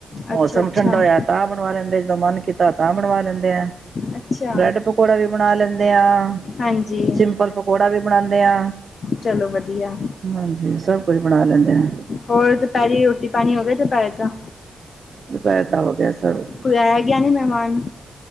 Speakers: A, on the right; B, on the left.
A: ਮੌਸਮ
B: ਅੱਛਾ ਅੱਛਾ
A: ਠੰਡਾ ਹੋਇਆ ਤਾਂ ਬਣਵਾ ਲੈਂਦਾ ਆ, ਜਦੋਂ ਮਨ ਕੀਤਾ ਤਾਂ ਬਣਵਾ ਲੈਂਦੇ ਐ।
B: ਅੱਛਾ
A: ਬ੍ਰੈੱਡ ਪਕੌੜਾ ਵੀ ਬਣਾ ਲੈਂਦੇ ਆ,
B: ਹਾਂਜੀ
A: ਸਿੰਪਲ ਪਕੌੜਾ ਵੀ ਬਣਾਂਦੇ ਆ
B: ਚਲੋ ਵਧੀਆ।
A: ਹਾਂਜੀ ਸਭ ਕੁਝ ਬਣਾ ਲੈਂਦੇ ਆ।
B: ਹੋਰ ਦੁਪੈਰੀ ਰੋਟੀ-ਪਾਣੀ ਹੋ ਗਿਆ ਦੁਪੈਰੇ ਦਾ?
A: ਦੁਪੈਰ ਦਾ ਹੋ ਗਿਆ ਸਬ
B: ਕੋਈ ਆਇਆ ਗਿਆ ਨਹੀਂ ਮਹਿਮਾਨ